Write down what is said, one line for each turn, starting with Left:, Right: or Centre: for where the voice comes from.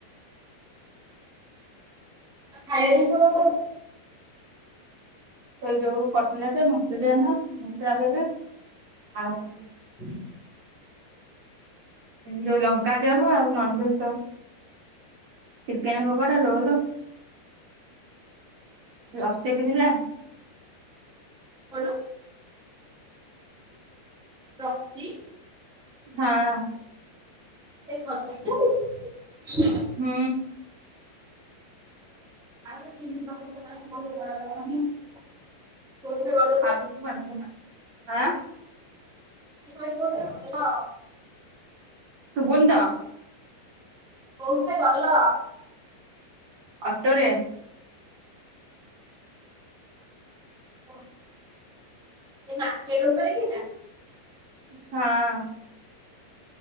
Centre: ଖାଇଆ ଜିନିଷ
Right: ସେଇ ଯୋଉ କଟଲେଟ, ମନଚୁରିଆନ, ମଥୁରା କେକେ ଆଉ
Centre: ହୁଁ
Right: ଯୋଉ ଲଙ୍କା ଚପ ଆଉ ଆଉ ନନଭେଜ ର ଚିକେନ ପକଡା ରୋଲ।
Centre: <inaudible>
Right: ଲସି କିଣିଲା।
Centre: କଣ? <unintelligible>
Right: ହଁ।
Centre: <unintelligible>
Right: ହୁଁ।
Centre: <unintelligible>
Right: ଆଉ କିଛି ବନେଇବି ନା ଆଁ।
Centre: <unintelligible>
Right: ଶୁବୁନି ତ
Centre: କୋଉଥିରେ ଗଲ?
Right: ଅଟୋରେ।
Centre: <unintelligible> ଉପରେ କି?
Right: ହଁ।